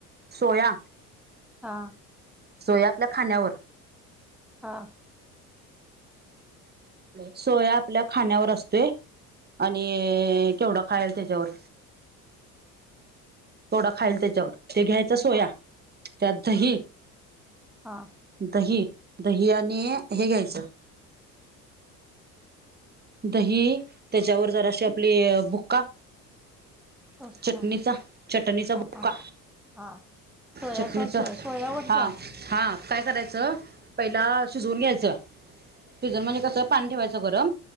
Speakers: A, on the right (about 20°); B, in the centre.
A: सोया
B: हा.
A: सोया आपल्या खाण्यावर
B: हा.
A: सोया आपल्या खाण्यावर असते
B: हा
A: आणि ऐ केवढा खायलं त्याच्यावर. थोडा खाईल त्याच्यावर, ते घ्यायच सोया
B: हा
A: त्यात दही
B: हा
A: दही-दही आणि हे घ्यायचं दही त्याच्यावर जराशी आपली बुक्का
B: कसला?
A: चटणीचा- चटणीचा
B: हा
A: बुका.
B: हा हा सोया
A: चटणीचा
B: सॉस सोयावरती
A: हां.
B: हा
A: हा काय करायचं, पहिला शिजवून घ्यायचं, शिजवून म्हणजे कसं पाणी ठेवायचं गरम